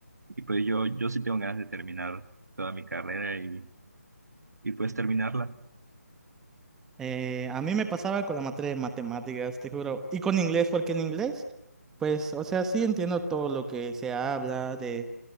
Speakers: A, on the right; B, in the centre.
A: Y pues yo, yo sí tengo ganas de terminar toda mi carrera y, y pues terminarla.
B: Eh, a mí me pasaba con la materia de matemáticas, te juro. Y con inglés, porque en inglés, pues, o sea, sí entiendo todo lo que se habla, de,